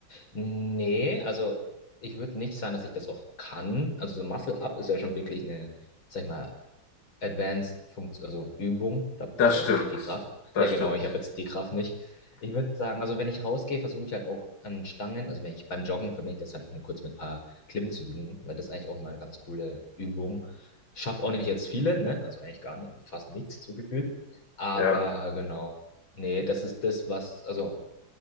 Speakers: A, on the left; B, on the left.
A: nee, also ich würde nicht sagen, dass ich das auch kann. Also so Muscle Up ist ja schon wirklich eine, sag ich mal, Advanced Funktion, also Übung. Da brauchst
B: Das
A: du ja
B: stimmt.
A: wirklich viel Kraft.
B: Das
A: Ja, genau,
B: stimmt.
A: ich habe jetzt die Kraft nicht. Ich würde sagen, also wenn ich rausgehe, versuche ich halt auch an Stangen, also wenn ich beim Joggen verbinde ich das halt nur kurz mit ein paar Klimmzügen, weil das ist eigentlich auch mal eine ganz coole Übung. Schaff auch nicht jetzt viele, ne? Also eigentlich gar nicht, fast nichts zugefügt. Aber
B: Ja,
A: genau. Nee, das ist das, was, also.